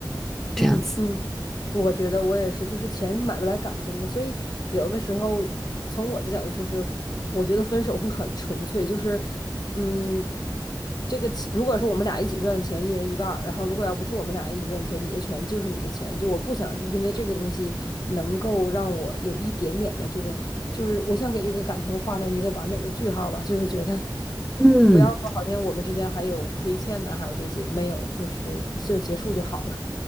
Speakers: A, in the centre; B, on the left (about 55°).
A: 这样子。
B: 嗯嗯，我觉得我也是，就是钱是买不来感情的，所以有的时候从我的角度就是，我觉得分手会很纯粹，就是嗯，这个钱如果是我们俩一起赚的钱，一人一半儿，然后如果要不是我们俩一起赚的钱，你的钱就是你的钱，就我不想因为这个东西能够让我有一点点的这种，就是我想给这个感情画上一个完美的句号儿吧，就是觉得。
A: 嗯，
B: 不要说好像我们之间还有亏欠呢，还有这些没有，就是就结束就好了。